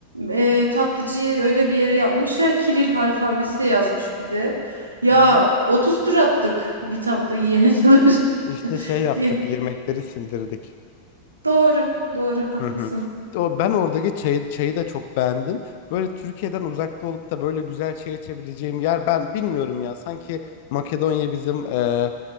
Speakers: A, on the right; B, on the left.
A: e, tatlıcıyı öyle bir yere yapmışlar. Kiril alfabesi yazmış bir de. Ya
B: Hı hı.
A: 30 tur attık bir tatlı yiyene kadar.
B: İşte şey yaptık
A: <laughs>
B: yemekleri sindirdik.
A: Doğru, doğru, haklısın.
B: Hı hı. O, ben oradaki çayı, çayı da çok beğendim. Böyle Türkiye'den uzakta olup da böyle güzel çay içebileceğim yer ben bilmiyorum ya. Sanki Makedonya bizim e,